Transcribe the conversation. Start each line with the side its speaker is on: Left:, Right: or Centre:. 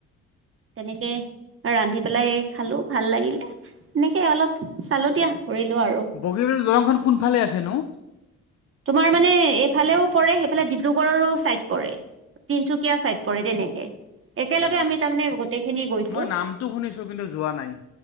Right: তেনেকে ৰান্ধি পেলাই খালো ভাল লাগিলে এনেকে অলপ চালো দিয়া ফুৰিলো আৰু
Left: বগীবিল দলংখন কোনফালে আছে নো
Right: তোমাৰ মানে এইফালেও পৰে সেইফালে ডিব্ৰুগড়ৰো ছাইড পৰে তিনচুকীয়া চাইট পৰে তেনেকে একেলগে
Left: অ
Right: আমি তাৰমানে গোটেইখিনি গৈছো
Left: মই নামটো শুনিছোঁ কিন্তু যোৱা নাই